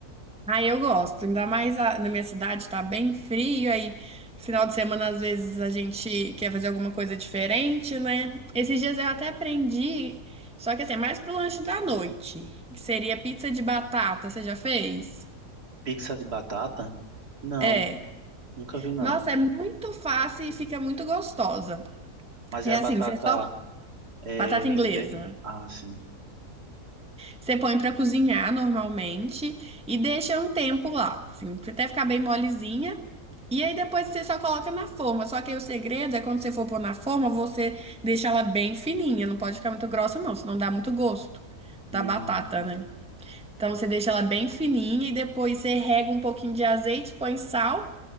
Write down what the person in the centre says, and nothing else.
ai, eu gosto. Ainda mais a- na minha cidade tá bem frio, aí final de semana às vezes a gente quer fazer alguma coisa diferente, né? Esses dias eu até aprendi, só que assim, é mais pro lanche da noite, que seria pizza de batata, você já fez?
É.
Nossa, é muito fácil e fica muito gostosa.
É
assim,
você só
batata inglesa.
Você põe pra cozinhar normalmente e deixa um tempo lá, assim, até ficar bem molezinha. E aí depois você só coloca na forma. Só que aí o segredo é quando você for pôr na forma, você deixa ela bem fininha. Não pode ficar muito grossa, não, senão dá muito gosto
da batata, né? Então você deixa ela bem fininha e depois você rega um pouquinho de azeite, põe sal